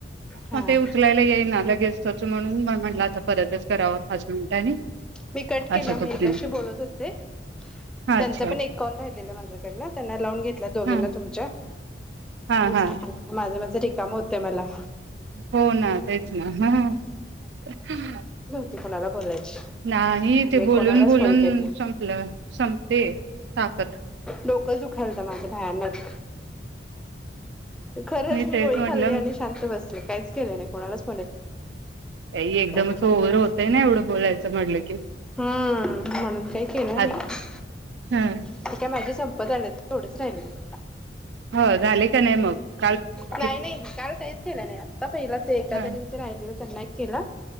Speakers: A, in the centre; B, on the right.
A: हा
B: मग ते उचलायला येई ना लगेच. म्हणून म्हटलं आता परतच करावा पाच मिनिटांनी.
A: मी कट केला
B: अच्छा
A: मी
B: तोपर्यंत
A: एकाशी बोलत होते
B: अच्छा
A: त्यांचा पण एक कॉल राहिल ला माझ्याकडन त्यांना लावून घेतल्यात दोघींना
B: हा
A: तुमच्या. <unintelligible>
B: हा
A: झाल
B: हा
A: माझं माझं रिकाम होतय मला
B: हो ना तेच ना ह ह हं
A: ती कोणाला बोलायची.
B: नाही ते
A: मी
B: बोलून
A: कोणालाच
B: बोलून
A: फोन केला
B: संपलं संपतेय ताकत
A: डोकंच दुखायलत माझं भयानक खरंच मी
B: तेच
A: गोळी
B: म्हटलं
A: खाल्ली आणि शांत बसले कायच के् केलं नाही कोणालाचं
B: एकदमच
A: म्हटलं
B: ओवर होतोय ना एवढं बोलायचं म्हटलं की
A: हम्म म्हणून काही केलं नाही
B: आत् हं.
A: ते काय माझं संपत आलेत तेवढंच राहिलेत.
B: हो झाले का नाही मग? काल
A: नाही
B: कि
A: नाही काल काहीच् केले नाही आता पहिला ते एका
B: हा
A: जणींच राहिले त्यांना एक केला.